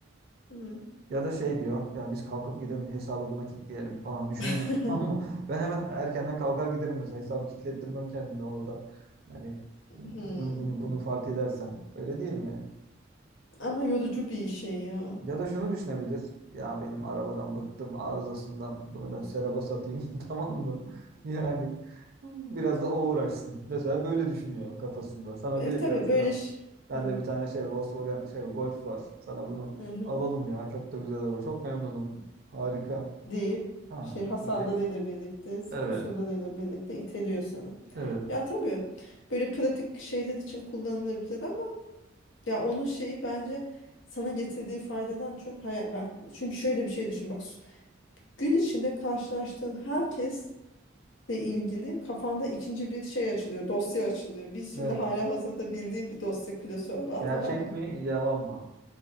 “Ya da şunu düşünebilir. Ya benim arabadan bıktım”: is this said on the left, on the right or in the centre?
Right